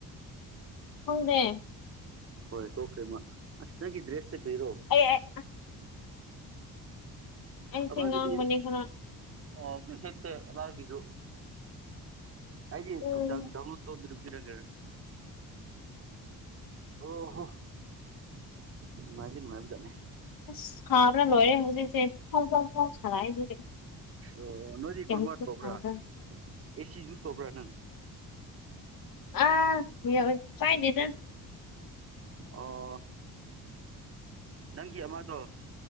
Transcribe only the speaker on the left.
ꯈꯪꯗꯦ
ꯑꯩ ꯑꯩ ꯑꯩꯁꯦ
ꯉꯥꯡꯕꯅꯦ ꯈꯔ
ꯎꯝ
ꯑꯁ ꯁꯥꯕꯅ ꯂꯣꯏꯔꯦ ꯍꯧꯖꯤꯛꯁꯦ ꯐꯣꯡ ꯁꯥꯔꯛꯑꯦ ꯑꯗꯨꯒꯤ
ꯀꯌꯥꯃꯨꯛꯁꯨ
ꯁꯥꯕ꯭ꯔꯥ
ꯑꯥ <unintelligible>